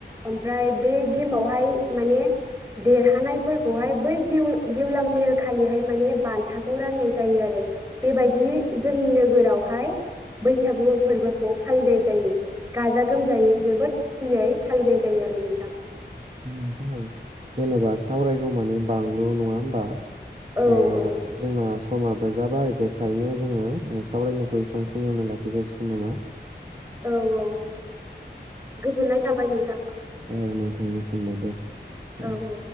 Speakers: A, on the right (about 15°); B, on the right (about 40°).
A: ओमफ्राय बे गेमावहाय माने देरहानायफोरखौहाय बै गेव गेवलां मेल खालिहाय माने बान्थाखौ राननाय जायो आरो। बेबायदि जोंनि नोगोरावहाय बैसागु फोरबोखौ फालिनाय जायो गा गोमजायै जोबोद खुसियै फालिनाय जायो आरो नोंथां।
B: <unintelligible> जेनेबा सावरायगौमानि <unintelligible> नङा होमबा। ओ
A: औ औ
B: जोंना समाबो जाबाय बेखायनो जोङो सावरायनायखौ एसांखिनियावनो लाखिजासिगोन नामा
A: औ औ गोजोननाय थाबाय नोंथां।
B: औ नोंथांनिसिमबो दे।
A: औ
B: औ
A: औ